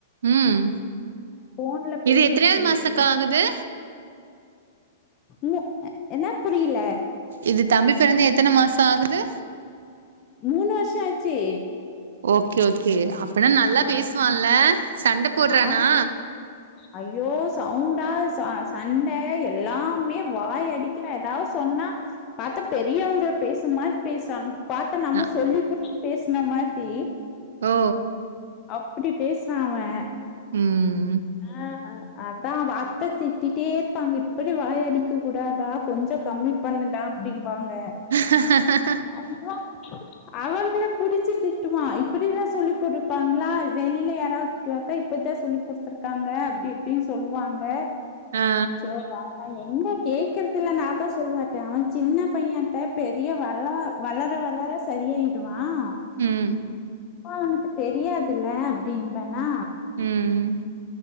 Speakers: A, on the right; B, on the left.
A: ம்
B: போன்ல பேசுறது
A: இது எத்தனையாவது
B: இல்லையா
A: மாசக்கா ஆகுது
B: மு என்ன புரியல
A: இது தம்பி பிறந்த எத்தனைமாசம் ஆகுது
B: மூணு வருஷம் ஆச்சே
A: ஓகே ஓகே அப்படினா நல்லா
B: ஆ
A: பேசுவான்ல சண்டை போடுறானா
B: ஆமா ஐயோ சவுண்டா ச சண்டை எல்லாமே வாய் அடிக்கிறேன் ஏதாவது சொன்னா பாத்தா பெரியவங்க பேசும் மாரி பேசா பாத்தா நம்ம
A: அ-
B: சொல்லி் குடுத்து பேசின மாரி
A: ஓ
B: அப் எப்டி பேசுறா அவே
A: உம்
B: ஆ அத்தான் அவ அத்த திட்டிட்டே இருப்பாங்க இப்படி வாய் அடிக்க கூடாதா கொஞ்சோ கம்மி பண்ணுடா அப்டிம்பாங்க
A: ஹ
B: அய்யா கு <unintelligible> டு அவங்கள புடிச்சு திட்டுவான் இப்டிதான் சொல்லி் குடுப்பாங்களா வெளில யாராவ்து இப்டி வளத்தா இப்பத்தான் சொல்லி குடுத்துருக்காங்க அப்டி அப்டின்னு சொல்வாங்க
A: ஆ
B: அவே எங்க கேக்குறதுல நான்தா சொல்லுவேட்டே அவே சின்ன பையே த்த பெரிய வல வளர வளர சரியாயிடுவான்
A: ம்
B: அவனுக்கு தெரியாதுல்ல அப்டிம்பேனா
A: ம்